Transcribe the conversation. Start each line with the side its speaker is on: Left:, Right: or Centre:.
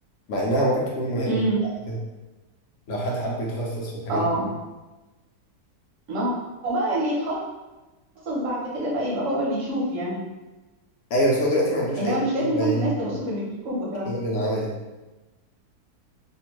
Left: مع انها ممكن تكون مهمة
Right: امم
Left: بعد كده لو حد حب يتخصص في الحاجات
Right: اه
Left: دي
Right: ما هو بقى اللي يتخصص بعد كده بقى يبقى هو اللي يشوف يعني
Left: ايوه بس هو دلوقتي ما عندوش
Right: انما
Left: اي
Right: مش لازم
Left: خبره
Right: كل
Left: يعني
Right: الناس تبص
Left: في
Right: في الميكروسكوب وتعرف
Left: الشغل العملي